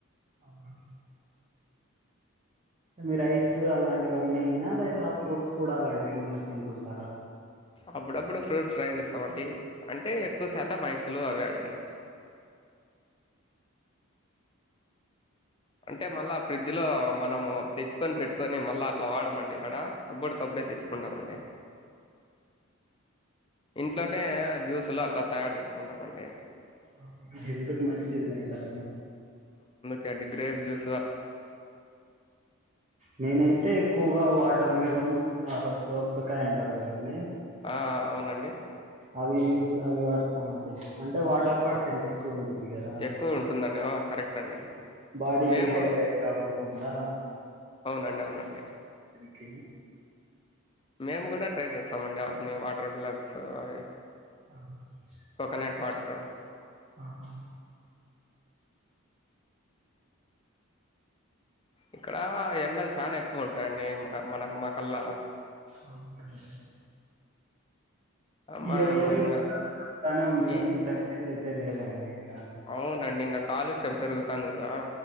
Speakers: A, on the right; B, on the left.
A: అవునా మీరు ఐస్ అలాంటివన్నీనా లేదా ఫూట్స్ కూడా అలాంటివేమన్నా తింటూంటారా
B: అప్పుడప్పుడు ఫ్రూట్స్ ట్రై చేస్తామండి అంటే ఎక్కువ శాతం ఐసు లు అవే అండి అంటే మళ్ళా ఫ్రిజ్జు లో మనము తెచ్చుకొని పెట్టుకొని మళ్ళా అట్లా వాడమండి అడ అబ్బొడుకప్పుడే తెచ్చుకుంటామండి ఇంట్లోనే జ్యూసులు అట్లా తయారు చేసుకుంటామండి
A: అవునా హెల్త్ కు మంచిది లెండి అవనీ
B: తడ్డి గ్రేప్ జ్యూసు
A: నేనై తే ఎక్కువగా వాటర్ మిలోన్ అర్ దోసకాయ అంటారు కదండి
B: ఆ అవునండి
A: అవి యూస్ అవి వాడతామండి అంటే వాటర్ పర్సెంట్ ఎక్కువుం టుంది కదా
B: ఎక్కువ ఉంటుందండి ఆ, కరెక్ట్ అండి
A: బాడీ
B: మేము
A: డిహైడ్రేట్ కాకోకుండా
B: అవునండి అవునండి
A: టీ
B: మేము కూడా ట్రై చేస్తామండి అవన్నీ వాటర్ బిలట్సు అవి
A: <inaudible>
B: కోకోనట్ వాటరు
A: ఆహా
B: ఇక్కడ ఎండలు చానా ఎక్కువ ఉంటాయండి మ మనకు మా కల్ల
A: అవునండి
B: మేము
A: ఇయరు ఇయరు
B: ఇంగా
A: <inaudible> లానే ఉంది కానీ
B: ఈ
A: తగ్గేదైతే లేదండి ఇక
B: అవునండి ఇంక కాలుష్యం పెరుగుతాంది కదా